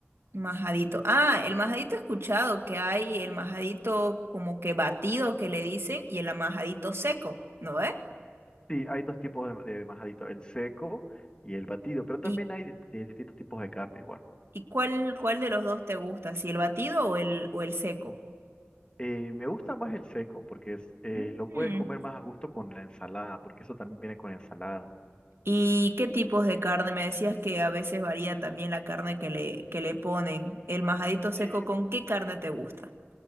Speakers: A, on the right; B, on the left.
A: Majadito. Ah, el majadito he escuchado que hay el majadito como que batido que le dicen y el majadito seco, ¿no es?
B: Sí, hay dos tipos de, de majadito, el seco y el batido, pero también
A: y
B: hay dist- de distintos tipos de carne igual.
A: ¿Y cuál, cuál de los dos te gusta? ¿Si el batido o el, o el seco?
B: Eh, me gusta más el seco porque es, eh,
A: Mm.
B: lo puedes comer más a gusto con la ensalada, porque eso también viene con ensalada.
A: ¿Y qué tipos de carne? Me decías que a veces varía también la carne que le, que le ponen. ¿El majadito seco
B: Sí,
A: con qué carne te gusta?